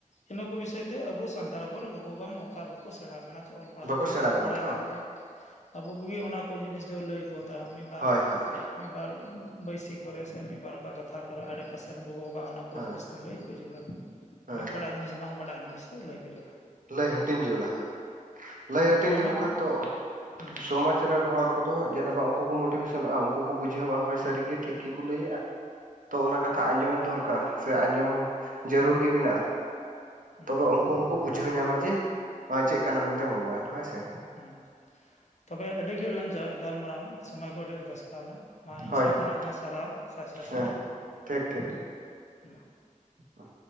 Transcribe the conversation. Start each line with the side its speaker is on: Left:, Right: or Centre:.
Left: ᱤᱱᱟᱹ ᱠᱩ ᱵᱤᱥᱚᱭ ᱛᱮ ᱟᱵᱩ ᱥᱟᱱᱛᱟᱲ ᱦᱚᱯᱚᱱ ᱨᱮ ᱜᱚᱜᱚ ᱵᱟᱵᱟ ᱢᱟ ᱚᱝᱠᱟ ᱵᱟᱠᱚ ᱥᱮᱬᱟᱜ ᱠᱟᱱᱟ ᱛᱚ ᱚᱞ ᱯᱟᱲᱦᱟᱣ
Right: ᱵᱟᱠᱚ
Left: ᱛᱮ
Right: ᱥᱮᱬᱟ
Left: ᱵᱟᱠᱩ
Right: ᱠᱟᱱᱟ
Left: ᱵᱟᱲᱟᱭ
Right: ᱛᱚ
Left: ᱠᱟᱱ ᱛᱮ᱾ ᱟᱵᱩ ᱠᱩᱜᱮ ᱚᱱᱟ ᱠᱚ ᱡᱤᱱᱤᱥ ᱫᱚ ᱞᱟᱹᱭ ᱠᱚ ᱦᱟᱛᱟᱣᱟ ᱢᱤᱜ ᱵᱟᱨ
Right: ᱦᱳᱭ ᱦᱳᱭ
Left: ᱢᱤᱜ ᱵᱟᱨ ᱵᱟᱹᱭᱥᱤ ᱠᱚᱨᱮ ᱥᱮ ᱢᱤᱜ ᱵᱟᱨ ᱚᱱᱠᱟ ᱠᱟᱛᱷᱟ ᱠᱚᱨᱮ ᱟᱰᱮ ᱯᱟᱥᱮ ᱨᱮᱱ ᱜᱚᱜᱚ ᱵᱟᱵᱟ ᱚᱱᱟ ᱠᱚ
Right: ᱦᱳᱭ
Left: ᱡᱤᱱᱤᱥ ᱛᱚ ᱞᱟᱹᱭ ᱠᱚ ᱡᱟᱨᱩᱲᱟ,
Right: ᱦᱳᱭ
Left: ᱚᱱᱮ ᱚᱠᱟᱴᱟᱜ
Right: ᱦᱳᱭ
Left: ᱡᱤᱱᱤᱥ ᱵᱟᱝ ᱵᱟᱰᱟᱜ ᱡᱤᱱᱤᱥ ᱫᱚ ᱞᱟᱹᱭ ᱠᱚ ᱡᱟᱨᱩᱲᱟ᱾
Right: ᱞᱟᱹᱭ ᱦᱟᱹᱴᱤᱧ ᱡᱟᱲᱩᱲᱟ ᱦᱳᱭ, ᱞᱟᱹᱭ ᱦᱟᱹᱴᱤᱧ
Left: ᱛᱚᱵᱮ
Right: <unintelligible>
Left: ᱢᱟ
Right: ᱠᱩ ᱠᱷᱟᱱ ᱛᱚ
Left: ᱦᱩᱸ
Right: ᱥᱚᱢᱟᱡ
Left: ᱦᱩᱸ
Right: ᱨᱮᱱ ᱦᱚᱲ ᱠᱚᱫᱚ ᱡᱮᱱᱚ ᱵᱟ ᱩᱱᱠᱩ ᱠᱚ ᱢᱳᱴᱤᱵᱷᱮᱥᱚᱱᱚᱜᱼᱟ ᱩᱱᱠᱩ ᱠᱚ ᱵᱩᱡᱷᱟᱹᱣᱟ ᱦᱳᱭ
Left: ᱦᱩᱸ
Right: ᱥᱟᱹᱨᱤᱜᱮ ᱴᱷᱤᱠ
Left: ᱦᱩᱸ
Right: ᱜᱮᱠᱚ ᱞᱟᱹᱭᱮᱜᱼᱟ᱾ ᱛᱚ ᱚᱱᱟ ᱠᱟᱛᱷᱟ ᱟᱸᱡᱚᱢ ᱫᱚᱨᱠᱟᱨ ᱥᱮ ᱟᱸᱡᱚᱢ ᱡᱟᱹᱨᱩᱲ ᱜᱮ ᱢᱮᱱᱟᱜᱼᱟ᱾
Left: ᱦᱩᱸ
Right: ᱛᱚᱵᱮ
Left: ᱦᱩᱸ
Right: ᱩᱱᱠᱩ
Left: ᱦᱩᱸ
Right: ᱦᱚᱸᱠᱚ ᱵᱩᱡᱷᱟᱹᱣ ᱧᱟᱢᱟ ᱡᱮ ᱣᱟ ᱪᱮᱜ ᱠᱟᱱᱟ ᱢᱮᱱᱛᱮ ᱢᱳᱵᱟᱭᱤᱞ ᱦᱳᱭ ᱥᱮ᱾
Left: ᱦᱩᱸ, ᱛᱚᱵᱮ ᱟᱹᱰᱤ <unintelligible> ᱞᱟᱝ ᱡᱟ ᱜᱟᱞᱢᱟᱨᱟᱣ ᱱᱟ᱾ ᱥᱚᱢᱚᱭ ᱠᱚ ᱟᱰᱤ <unintelligible> ᱜᱟᱥᱠᱟᱣ ᱱᱟ ᱢᱟ ᱤᱧ
Right: ᱦᱳᱭ
Left: ᱥᱮᱜ
Right: ᱦᱳᱭ
Left: ᱠᱷᱚᱱ ᱟᱭᱢᱟ ᱥᱟᱨᱦᱟᱣ ᱥᱟᱭ ᱥᱟᱭ
Right: ᱦᱮᱸ
Left: ᱥᱟᱨᱦᱟᱣ᱾
Right: ᱴᱷᱤᱠ ᱴᱷᱤᱠ᱾
Left: ᱢᱟ
Right: ᱚᱸ᱾